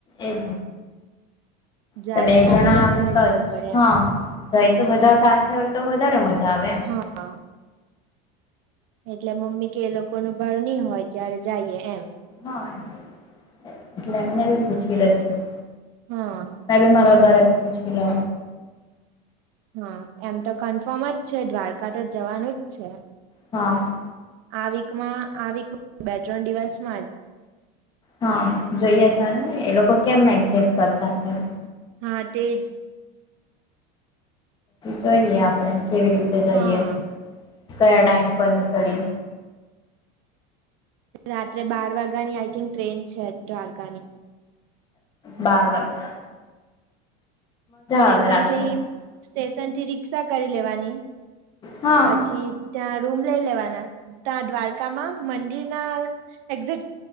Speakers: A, on the left; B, on the right.
A: એજ,
B: જાય
A: તો બે
B: પછી
A: જણા
B: બધા
A: આવે તો
B: જવું
A: જ
B: પડે
A: હા.
B: એમ
A: જાય તો બધા સાથે હોય તો વધારે મજા આવે એમ.
B: હા એટલે મમ્મી કે એ લોકો ન ભર નહી હોય ત્યારે જઈએ એમ.
A: હા એટલે એમને બી પૂછી રહું.
B: હા.
A: મેં બી મારા ઘરે પૂછી લઉ
B: હા એમ તો કન્ફર્મ જ છે દ્વારકા તો જ જવાનું જ છે.
A: હા
B: આ વીકમાં આવીક બે ત્રણ દિવસમાં જ
A: હા જઈએ જ આવવાનું એ લોકો કેમ નાહી જાય છે એમના બાપના ધરે.
B: હા તે જ
A: જોઈએ આપણેે કેવી રીતે જઈએ
B: હા
A: કયા ટાઈમ પર નીકળીએ
B: રાત્રે બાર વાગ્યાની આઈ થિંક ટ્રેન છે દ્વારકાની
A: બાર વાગ્યા
B: સ્ટેશનથી
A: આવે રાતના
B: સ્ટેશનથી રિક્ષા કરી લેવાની
A: હા
B: પછી ત્યાં રૂમ લઈ લેવાના ત્યાં દ્વાર તમામ મંદિરના એક્ઝેટ